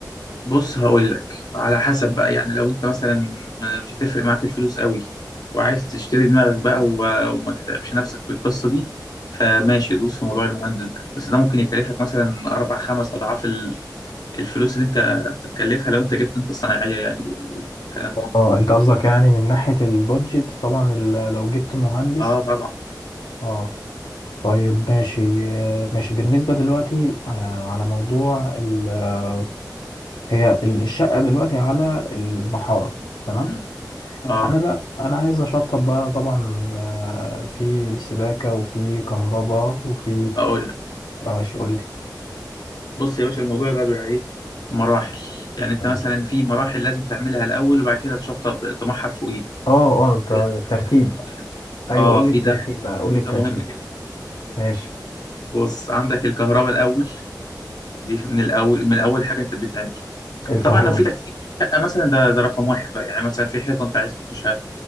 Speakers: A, on the left; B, on the left.
A: بص هقول لك على حسب بقى يعني لو انت مثلا م- مش هتفرق معاك الفلوس قوي وعايز تشتري دماغك بقى و- وما تتعبش نفسك في القصة دي فماشي دوس في موضوع المهندس ده بس ده ممكن يكلفك مثلا أربع خمس أضعاف ال- الفلوس اللي أنت هتتكلفها لو أنت جبت أنت الصناعية يعني والكلام ده
B: اه انت قصدك يعني من ناحية البادجت طبعا ال- لو جبت مهندس
A: أه طبعا
B: اه طيب ماشي آه، ماشي بالنسبة دلوقتي آه، على موضوع ال- آه، هي ال- الشقة دلوقتي على المحارة تمام
A: مم. أه
B: أنا بقى أنا عايز أشطب بقى طبعا آه، في سباكة وفي كهرباء وفي
A: أقول لك
B: اه ماشي قول لي
A: بص يا باشا الموضوع ده بيبقى إيه مراحل يعني أنت
B: اه
A: مثلا في مراحل لازم تعملها الأول وبعد كده تشطب طموحها فوقيها
B: اه انت
A: زي
B: الترتيب
A: مثلا الك-
B: ايوه
A: اه
B: قول
A: في
B: لي الترتيب
A: ده في التركيب
B: بقى قول لي الترتيب
A: ده مهم جدا
B: ماشي
A: بص عندك الكهرباء الاول دي من الاول من اول حاجه انت بتعمل
B: الكهرباء
A: طبعا لو في تكثيف في الشقه مثلا ده ده رقم واحد بقى يعني مثلا في حيطه انت عايز تحوشها